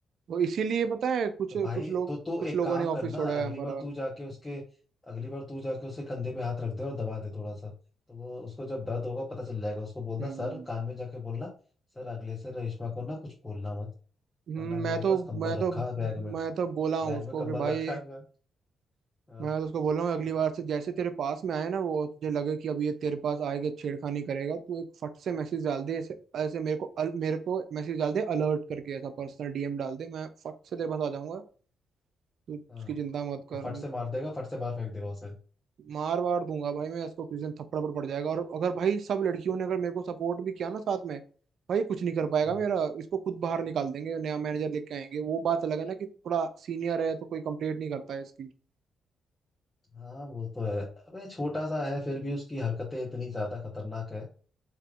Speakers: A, on the right (about 65°); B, on the left (about 20°).
A: वो इसीलिए पता है कुछ
B: तो
A: कुछ
B: भाई
A: लोग
B: तो तो
A: कुछ
B: एक
A: लोगों
B: काम
A: ने ऑफिस
B: करना
A: छोड़ा
B: अगली
A: है हमारा
B: बार तू जाके उसके अगली बार तू जाके उसके कंधे पे हाथ रख दे और दबा दे थोड़ा सा तो वो उसको जब दर्द होगा पता चल जाएगा उसको बोलना
A: हम्म
B: सर कान में जाके बोलना सर अगले से रेशमा को ना कुछ बोलना मत
A: हम्म,
B: वरना
A: मैं
B: मेरे
A: तो
B: पास कंबल
A: मैं तो
B: रखा है बैग में
A: मैं तो बोला हूँ
B: बैग
A: उसको
B: में कंबल
A: कि भाई
B: रखा हुआ है हाँ
A: मैं तो उसको बोला हूँ अगली बार से जैसे तेरे पास में आए ना वो तुझे लगे कि अब ये तेरे पास आएगा छेड़खानी करेगा तू एक फट से मैसेज डाल दे ऐसे ऐसे मेरे को अल, मेरे को मैसेज डाल दे अलर्ट करके ऐसा पर्सनल डीएम डाल दे मैं फट से तेरे पास आ जाऊंगा तू उसकी
B: हाँ
A: चिंता मत
B: और
A: कर
B: फट से मार देगा फट से बाहर फेंक देगा उसे
A: मार वार दूंगा भाई मैं इसको किसी दिन थप्पड़ पर पड़ जाएगा और अगर भाई सब लड़कियों ने अगर मेरे को सपोर्ट भी किया ना साथ में भाई कुछ नहीं कर पाएगा
B: हाँ
A: मेरा इसको खुद बाहर निकाल देंगे नया मैनेजर लेके आएंगे वो बात अलग है ना कि थोड़ा सीनियर है तो कोई कंप्लेंट नहीं करता है इसकी
B: हाँ वो तो है अबे छोटा सा है फिर भी उसकी हरकतें इतनी ज्यादा खतरनाक है